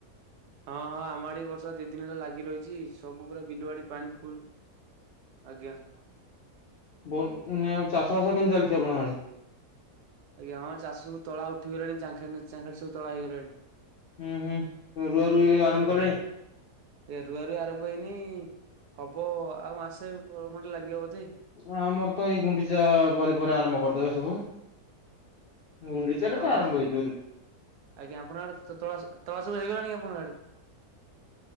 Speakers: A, on the right; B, on the left.
A: ହଁ ହଁ ଆମ ଆଡେବି ବର୍ଷା ଦି ଦିନି ହେଲା ଲାଗି ରହିଚି। ସବୁ ପୁରା ବିଲୁବାଡ଼ି ପାଣି ଫୁଲ୍ ଆଜ୍ଞା।
B: ବୁଣୁ ଉଁ ଆଉ ଚାଷ ବାସ କେମତି ଚାଲିଚି ଆପଣଙ୍କ ଆଡେ।
A: ଆଜ୍ଞା ହଁ ଚାଷ ସବୁ ତଳା ଉଠିଗଲାଣି ଚାଖେଣ୍ଡେ ଚାଖେଣ୍ଡେ ସବୁ ତଳା ହେଇଗଲାଣି।
B: ହୁଁ ହୁଁ ରୁଆ ରୁଇ
A: ଆଜ୍ଞା।
B: ଆରମ୍ଭ କଲେଣି?
A: ଏ ରୁଆ ରୁଇ ଆରମ୍ଭ ହେଇନି। ହବ ଆଉ ମାସେ ଖଣ୍ଡେ ଲାଗିବ ବୋଧେ।
B: ହଁ ଆମରତ ଏଇ ଗୁଣ୍ଡିଚା ପରେ ପରେ ଆରମ୍ଭ କରିଦେବେ ସବୁ। ଗୁଣ୍ଡିଚାରେତ
A: ଆଜ୍ଞା ଆପଣ
B: ଆରମ୍ଭ ହେଇଯିବରେ।
A: ଆଜ୍ଞା ଆପଣଙ୍କ ଆଡେ ତ ତଳାସ ତଳା ସବୁ ହେଇଗଲାଣି କି ଆପଣଙ୍କ ଆଡେ।